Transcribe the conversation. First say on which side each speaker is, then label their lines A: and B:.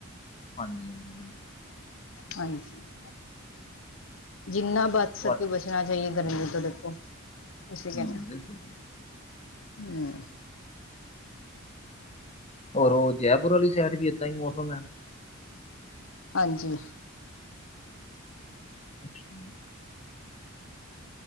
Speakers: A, on the left; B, on the left.
A: ਹਾਂਜੀ ਹਾਂਜੀ ਜੀ
B: ਹਾਂਜੀ। ਜਿੰਨਾ ਬਚ
A: ਤੁਹਾ
B: ਸਕੇ ਬਸ ਣਾ ਚਾਹੀਏ ਗਰਮੀ ਤੋਂ ਦੇਖੋ ਅਸੀਂ ਕਹਿੰਦੇ
A: ਹੂੰ ਬਿਲਕੁਲ ਜੀ।
B: ਹਮ।
A: ਹੋਰ ਉਹ ਜੈਪੁਰ ਵਾਲੀ ਸਾਈਡ ਵੀ ਏਦਾਂ ਹੀ ਮੌਸਮ ਹੈ।
B: ਹਾਂਜੀ।
A: <unintelligible>